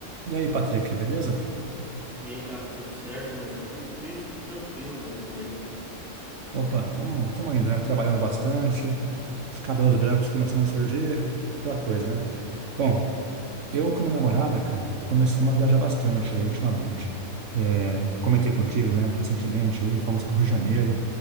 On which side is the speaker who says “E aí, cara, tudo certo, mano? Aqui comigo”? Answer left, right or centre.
Centre